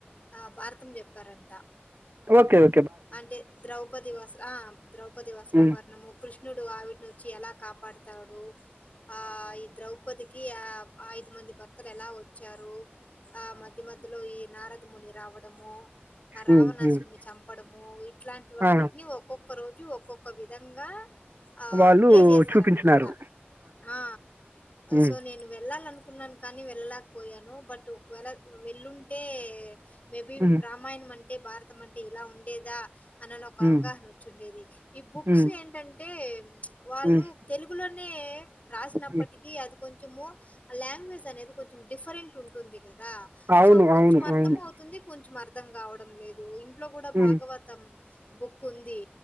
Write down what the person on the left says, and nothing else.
ఆ భారతం చెప్పారంట
అంటే ద్రౌపది వస్త్రా ఆ ద్రౌపది వస్త్రాభరణము
కృష్ణుడు ఆవిటి ను వచ్చి ఎలా కాపాడుతాడు ఆ ఈ ద్రౌపదికి ఆ ఐదు మంది భర్తలు ఎలా వ చారు ఆ మధ్య మధ్యలో ఈ నారదముని రావడము ఆ రావణాసురిని
చం ప్పడము ఇట్లాంటివన్నింటిని
ఒక్కొక్క రోజు ఒక్కొక్క విధంగా ఆ
ప్లే చేసారనమాట
ఆ
సో నేను వెళ్ళాలనుకు కున్నాను కానీ వెళ్ళలేక పోయాను బట్ ఒకవేళ వెళ్ళుంటే మేబి
బ్రామాయణం అంటే భారతం అంటే ఇలా ఉండేదా మనలో ఒక
అవగాహన వచ్చుండేది ఈ బుక్స్
ఏంటంటే వాళ్ళు
తెలుగులోనే ఎ రాసినప్పటిక
అది కొంచెము ఆ లాంగ్వేజ్ అనేది కొంచెం డిఫరెంట్ ఉంటుంది కద్ దా
సో కొంచం
అర్థమౌతుంది
కొంచ అర్థం కావడం లేదు ఇంట్లో కూడా
భాగవతం బుక్ ఉంది